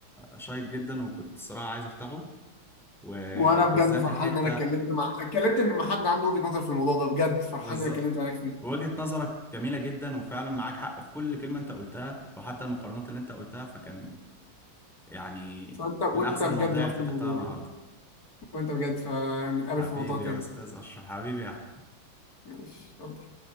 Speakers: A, in the centre; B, on the left.
A: شيق جدا وكنت الصراحه عايز افتحه وبالذات
B: وانا بجد فرحان
A: الحته
B: ان انا اتكلمت مع اتكلمت ان ما حد عنده وجهه نظر في الموضوع ده بجد فرحان
A: بالظبط
B: ان انا اتكلمت معاك فيه
A: وجهة نظرك جميلة جدا وفعلا معاك حق في كل كلمة انت قلتها وحتى المقارنات اللي انت قلتها فكان يعني
B: فانت
A: من
B: وانت
A: أحسن
B: بجد
A: المواضيع
B: نفس
A: اللي
B: الموضوع
A: فتحتها النهاردة
B: وانت بجد فنتقابل
A: حبيبي
B: في موضوع تاني
A: يا أستاذ أشرف حبيبي يا أحمد
B: ماشي اتفضل